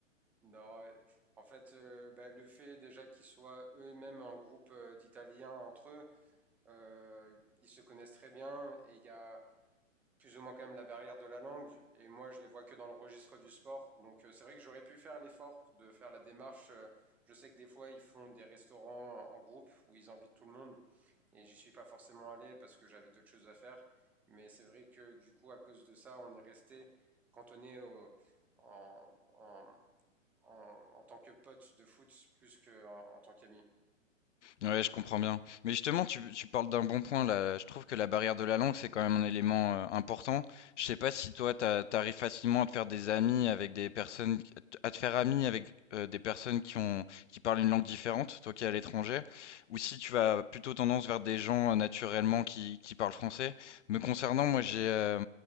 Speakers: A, in the centre; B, on the left (about 60°).
A: Non, euh, en fait, euh, bah, le fait déjà qu'ils soient eux-mêmes un groupe euh, d'Italiens entre eux, euh, ils se connaissent très bien et il y a plus ou moins quand même la barrière de la langue. Et moi, je les vois que dans le registre du sport. Donc, euh, c'est vrai que j'aurais pu faire l'effort de faire la démarche. euh, je sais que des fois, ils font des restaurants en groupe où ils invitent tout le monde. Et j'y suis pas forcément allé parce que j'avais d'autres choses à faire. Mais c'est vrai que du coup, à cause de ça, on est resté cantonné au- en, en- en- en tant que pote de foot plus qu'en en tant qu'ami.
B: Ouais, je comprends bien. Mais justement, tu, tu parles d'un bon point là. Je trouve que la barrière de la langue, c'est quand même un élément euh, important. Je sais pas si toi, t'as- t'arrives facilement à te faire des amis avec des personnes, à te faire ami avec euh, des personnes qui ont, qui parlent une langue différente, toi qui es à l'étranger, ou si tu vas plutôt tendance vers des gens euh, naturellement qui, qui parlent français. Me concernant, moi, j'ai, euh,